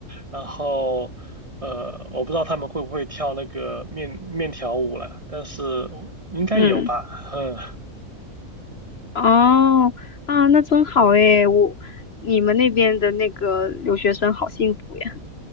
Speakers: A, on the right; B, on the left.
A: 然后呃，我不知道他们会不会跳那个面面条舞了，但是应该有吧，
B: 嗯。
A: <laughs> 嗯，
B: 哦，啊，那真好诶，我，你们那边的那个留学生好幸福呀，